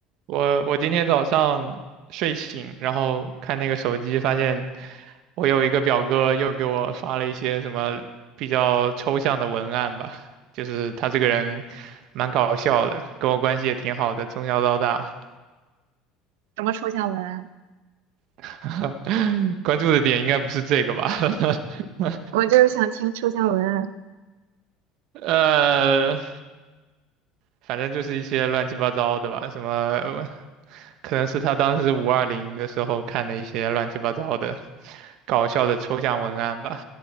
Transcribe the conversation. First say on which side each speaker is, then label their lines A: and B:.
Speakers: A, on the right (about 65°); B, on the right (about 80°).
A: 我我今天早上睡醒，然后看那个手机，发现我有一个表哥又给我发了一些什么比较抽象的文案吧，就是他这个人蛮搞笑的，跟我关系也挺好的，从小到大，
B: 什么抽象文案？
A: <laughs> 关注的点应该不是这个吧？<laughs>
B: 我就是想听抽象文案
A: 呃，反正就是一些乱七八糟的吧，什么可能是他当时五二零的时候看的一些乱七八糟的搞笑的抽象文案吧。